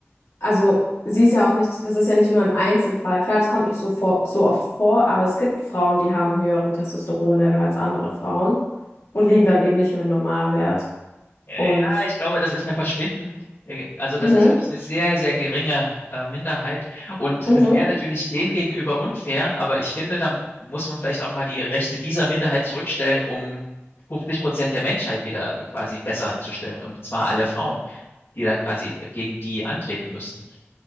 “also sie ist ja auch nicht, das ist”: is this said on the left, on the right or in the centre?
Left